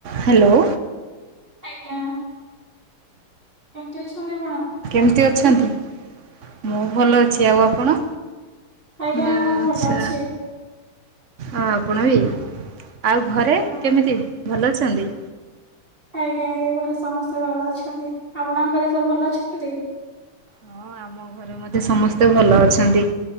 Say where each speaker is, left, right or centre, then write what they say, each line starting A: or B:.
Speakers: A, on the right; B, on the right.
A: Hello.
B: ଆଜ୍ଞା କେମିତି ଅଛନ୍ତି ଆ
A: କେମିତି ଅଛନ୍ତି ମୁଁ ଭଲ ଅଛି ଆଉ ଆପଣ
B: ଆଜ୍ଞା
A: ନା
B: ମୁଁ ବି
A: ଆଚ୍ଛା।
B: ଭଲ ଅଛି।
A: ହଁ ଆପଣ ବି। ଆଉ ଘରେ
B: ହଁ
A: କେମିତି? ଭଲ ଅଛନ୍ତି?
B: ଆଜ୍ଞା ଆଜ୍ଞା ଘରେ ସମସ୍ତେ ଭଲ ଅଛନ୍ତି ଆପଣଙ୍କ ଘରେ ସବୁ ଭଲ ଅଛନ୍ତି?
A: ହଁ ଆମ ଘରେ ମଧ୍ୟେ ସମସ୍ତେ ଭଲ ଅଛନ୍ତି